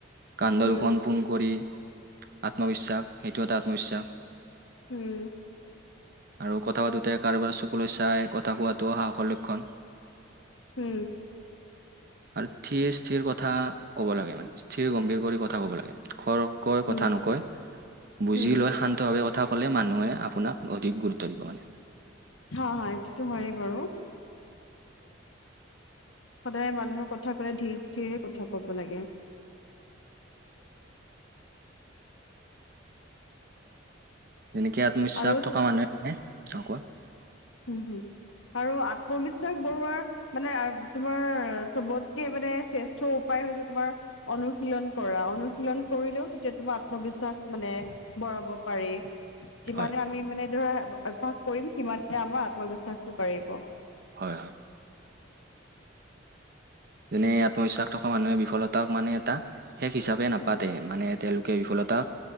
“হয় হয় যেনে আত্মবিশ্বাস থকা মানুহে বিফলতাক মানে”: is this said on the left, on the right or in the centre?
Right